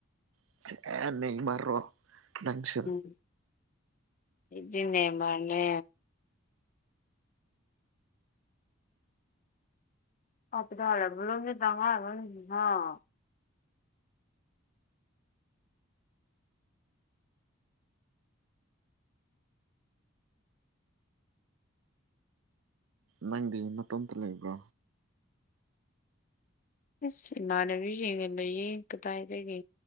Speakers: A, on the right; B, on the left.
A: <unintelligible> ꯅꯪꯁꯨ
B: ꯎꯝ ꯑꯩꯗꯤ ꯅꯦꯃꯥꯔꯅꯦ ꯑꯄꯤ ꯍꯥꯏꯂ ꯇꯥꯉ <unintelligible>
A: ꯅꯪꯗꯤ ꯅꯇꯣꯝꯇ ꯂꯩꯕ꯭ꯔꯣ
B: ꯏꯁ ꯏꯃꯥꯟꯅꯕꯤꯁꯤꯡꯒ ꯂꯩꯌꯦ ꯀꯗꯥꯏꯗꯒ